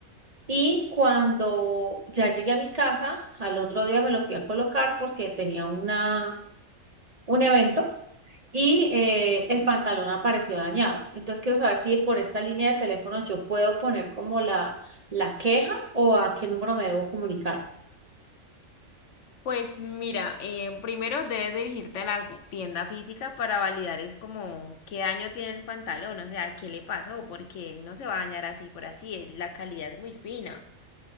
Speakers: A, on the right (about 40°); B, on the left (about 70°).
A: Y cuando ya llegué a mi casa, al otro día me lo fui a colocar porque tenía una, un evento y eh, el pantalón apareció dañado. Entonces quiero saber si por esta línea de teléfono yo puedo poner como la, la queja o a qué número me debo comunicar.
B: Pues mira, eh, primero debes dirigirte a la tienda física para validar es como qué daño tiene el pantalón, o sea, qué le pasó, porque él no se va a dañar así por así, él- la calidad es muy fina.